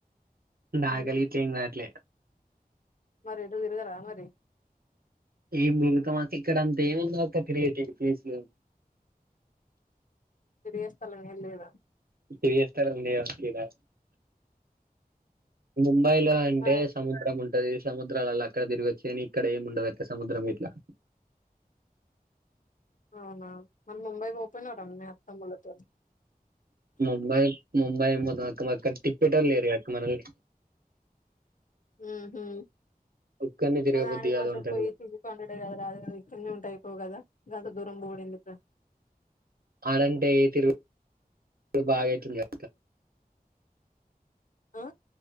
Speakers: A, on the right; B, on the left.
A: ఆకలి
B: ఉమ్
A: గిట్ల ఏం కాట్లే
B: మరి ఎటు తిరుగరా మరి
A: ఏం తిరుగుతమక్క ఇక్కడ అంత ఏముంది అక్క క్రియేటివ్ ప్లేస్లు
B: తిరిగే స్థలం ఏం లేదా
A: తిరిగె స్థలం వుంది కదా ఈడ ముంబైలో అంటేస్
B: మరి
A: సముద్రం ఉంటది సముద్రాలల్ల అక్కడ తిరిగిచ్చు గని ఇక్కడ ఏముండదు అక్క సముద్రం గిట్లా
B: అవునా మరి ముంబై పొ పోయినవు రా మరి మీ అత్తమ్మల తోని
A: ముంబై ముంబై ఏం పోతాం అక్క తిప్పెటోళ్లు లేరు కదా అక్క మనల్ని
B: ఉహు
A: ఒక్కరిని తిరగబుద్ది
B: మరి ఆడికి
A: కాదు
B: మాత్రం
A: ఒంటరిగా
B: పోయి తి వండుడే కదరా అది ఏదో ఇక్కనే ఉంట అయిపోవు గదా గంత దూరం పోవుడు ఎందుకు రా
A: ఆడంటే తిరుగు బాగ అయితుంది గా
B: ఆ